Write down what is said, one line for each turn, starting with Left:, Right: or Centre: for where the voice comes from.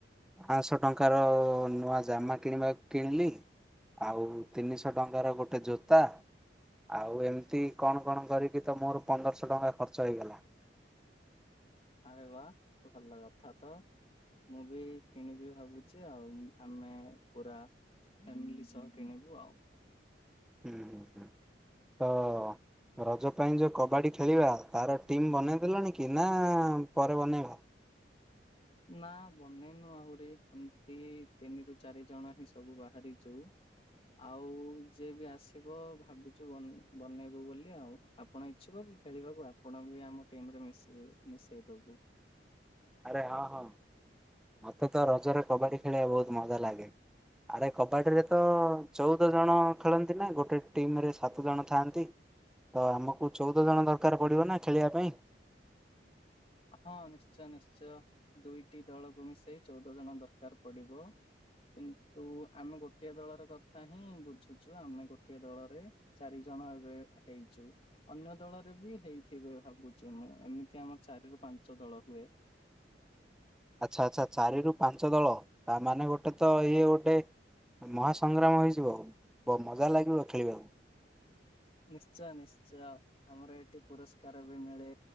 Centre: ପାଞ୍ଚଶହ ଟଙ୍କାର ନୂଆ ଜାମା କିଣିବା କିଣିଲି ଆଉ ତିନିଶହ ଟଙ୍କାର ଗୋଟେ ଜୋତା ଆଉ ଏମିତି କଣ କଣ କରିକି ତ ମୋର ପନ୍ଦରଶହ ଟଙ୍କା ଖର୍ଚ୍ଚ ହେଇଗଲା
Left: ଆରେ ବା ଭଲ କଥା ତ ମୁଁ ବି କିଣିବି ଭାବୁଛି ଆଉ ଆମେ ପୁରା ଫ୍ୟାମିଲି ସହ କିଣିବୁ ଆଉ
Centre: ହୁଁ ହୁଁ ହୁଁ ତ ରଜ ପାଇଁ ଯୋଉ କବାଡି ଖେଳିବା ତାର ଟିମ୍ ବନେଇଦେଲଣି କି ନା ପରେ ବନେଇବା
Left: ନା ବନେଇନୁ ଆହୁରି ଏମିତି ତିନି ରରୁ ଚାରି ଜଣ ହିଁ ସବୁ ବାହାରିଛୁ ଆଉ ଯିଏ ବି ଆସ ିବ ଭାବିଛୁ ବନେଇବୁ ବୋଲି ଆଉ ଆପଣ ଇଛୁକ କି ଖେଳିବାକୁ ଆପଣ ବି ଆମ ଟିମରେ ମିଶେଇ ଦବୁ
Centre: ଆରେ ହଁ ହଁ ମତେ ତ ରଜରେ କବାଡି ଖେଳିବା ବହୁତ ମଜା ଲାଗେ ଆରେ କବାଡିରେ ତ ଚଉଦ ଜଣ ଖେଳନ୍ତି ନା ଗୋଟେ ଟିମ ରେ ସାତ ଜଣ ଥାଆନ୍ତି ତ ଆମକୁ ଚଉଦ ଜଣ ଦରକାର ପଡିବ ନା ଖେଳିବା ପାଇଁ
Left: ହଁ ନିଶ୍ଚୟ ନିଶ୍ଚୟ ଦୁଇଟି ଦଳକୁ ମିଶେଇ ଚଉଦ ଜଣ ଦରକାର ପଡିବ କିନ୍ତୁ ଆମେ ଗୋଟିଏ ଦଳର କଥା ହିଁ ବୁଝୁଛୁ ଆମେ ଗୋଟିଏ ଦଳରେ ଚାରି ଜଣ ଏବେ ହେଇଛୁ ଅନ୍ୟ ଦଳରେ ବି ହେଇଥିବେ ଭାବୁଛି ମୁଁ ଏମିତି ଆମ ଚାରିରୁ ପାଞ୍ଚ ଦଳ ହୁଏ
Centre: ଆଚ୍ଛା ଆଚ୍ଛା ଚାରି ରରୁ ପାଞ୍ଚ ଦଳ ତାମାନୋନେ ଗୋଟେ ତ ଇଏ ଗୋଟେ ମହା ସଂଂଗ୍ରାମ ହେଇଯିବ ମଜା ଲାଗିବ ଖେଳିବାକୁ
Left: ନିଶ୍ଚୟ ନିଶ୍ଚୟ ଆମର ଏଠି ପୁରସ୍କାର ବି ମିଳେ